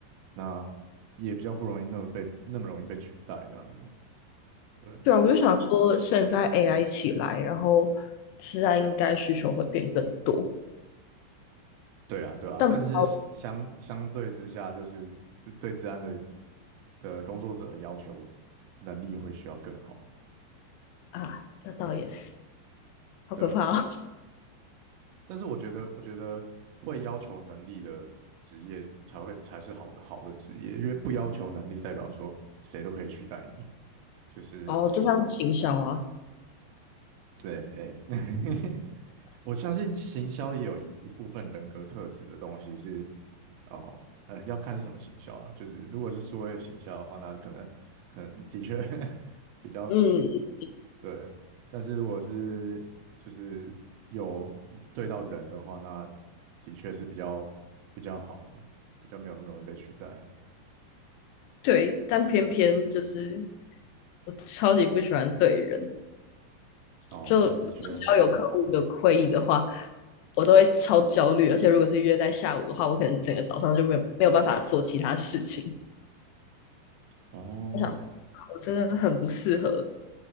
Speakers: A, on the right; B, on the left.
A: 那也比较不容易那么被那么容易被取代这样子。
B: <laughs>
A: 对
B: 对啊，我就想说，现在 AI 起来，然后治安应该需求会变更多，
A: 对啊，对啊，
B: 但不知道
A: 但是相相对之下，就是治对治安的的工作者的要求能力会需要更好。
B: 啊，那倒也是，好可怕
A: 对啊，但是我觉得，我觉得会要求能力的职业才会才是好的好的职业，因为不要求能力代表说谁都可以取代你，就是
B: 哦，<laughs> 哦就像行销啊，
A: 对，诶、<laughs> 我相信行销也有一一部分人格特质的东西是哦，呃，要看是什么行销啦。就是如果是数位行销的话，那可能可能的确 <laughs> 比较
B: 嗯。
A: 对。但是如果是就是有对到人的话，那的确是比较比较好，比较没有那么容易被取代。
B: 对，但偏偏就是我超级不喜欢对人，
A: 哦，
B: 就只要有客户的会议的话，
A: 那的确，
B: 我都会超焦虑，而且如果是约在下午的话，我可能整个早上就没有没有办法做其他事情。
A: 哦，
B: 我想，我真的很不适合。